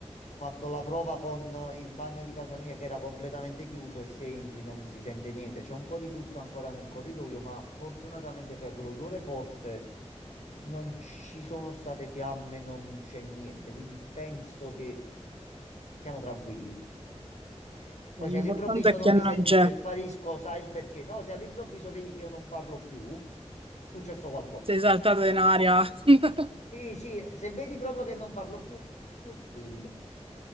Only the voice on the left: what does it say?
Ho fatto la prova con il bagno di casa mia che era completamente chiuso e se entri non si sente niente. C'è un po' di puzza ancora nel corridoio, ma fortunatamente per l'odore forte non ci sono state fiamme, non c'è niente. Quindi penso che siamo tranquilli. Poi
se all'improvviso
non
mi senti
più e sparisco, sai il perché. No, se all'improvviso vedi che io non parlo più, è successo qualcosa.
Sì, sì, se vedi proprio che non parlo più, al limite.